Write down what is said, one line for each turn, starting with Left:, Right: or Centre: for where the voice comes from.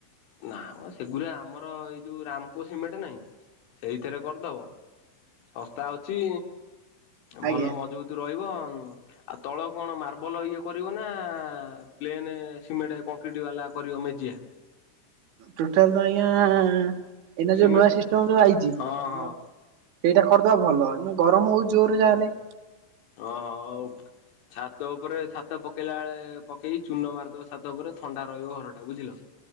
Left: ନା ମ ସେଗୁରା ଆମର ଏଇ ଯୋଉ ରାମକୋସିମେଣ୍ଟେ ନାହିଁ ସେଇଥିରେ କରିଦବ। ଶସ୍ତା ଅଛି ଭଲ
Right: ଆଜ୍ଞା
Left: ମଝିଭୁତୁ ରହିବ। ଆଉ ତଳ କଣ ମାର୍ବଲ ଇଏ କରିବ ନା ପ୍ଲେନ୍ ସିମେଣ୍ଟେ କଂକ୍ରିଟ୍ ବେଲା କରିବ ମେଜିଆ?
Right: ଟୋଟାଲି ତ ଆଜ୍ଞା ଏଇନା
Left: ସିମେଣ୍ଟ
Right: ଯୋଉ ନୂଆ ସିଷ୍ଟମ୍ ଯୋଉ ଆଇଚି।
Left: ହଁ ହଁ
Right: ସେଇଟା କରିଦବା ଭଲ ଗରମ ହୋଉଚି ଜୋରରେ ଯାହା ହେଲେ।
Left: ତ ହ ଉ। ଛାତ ଉପରେ ଛାତ ପକେଇଲା ବେଳେ ପକେଇ ଚୂନ ମାରିଦବ ଛାତ ଉପରେ ଥଣ୍ଡା ରହିବ ଘରଟା ବୁଝିଲ।